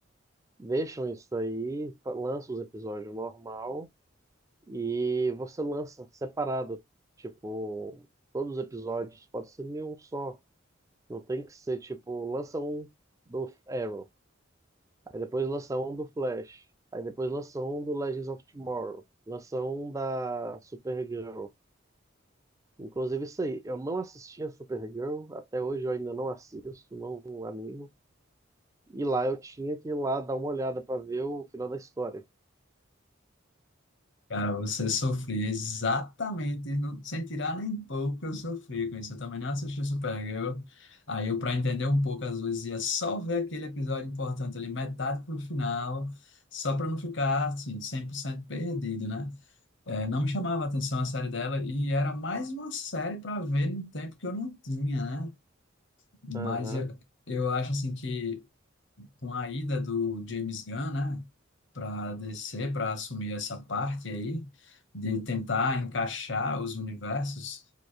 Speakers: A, on the right (about 15°); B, on the left (about 65°).
A: deixam isso aí, fa- lançam os episódios normal e você lança separado? Tipo, todos os episódios, pode ser nenhum só. Não tem que ser, tipo, lança um do Arrow. Aí depois lança um do Flash. Aí depois lança um do Legends of Tomorrow. Lança um da Supergirl. Inclusive isso aí, eu não assisti a Supergirl, até hoje eu ainda não assisto, não animo. E lá eu tinha que ir lá dar uma olhada pra ver o final da história.
B: Cara, você sofria exatamente, não, sem tirar nem pouco, eu sofri com isso. Eu também não assisti Supergirl. Aí eu, para entender um pouco, às vezes ia só ver aquele episódio importante ali, metade pro final, só para não ficar, assim, 100% perdido, né? É, não me chamava atenção a série dela e era mais uma série para ver no tempo que eu não tinha, né?
A: Aham,
B: Mas eu, eu acho assim que com a ida do James Gunn, né, para DC, para assumir essa parte aí de tentar encaixar os universos,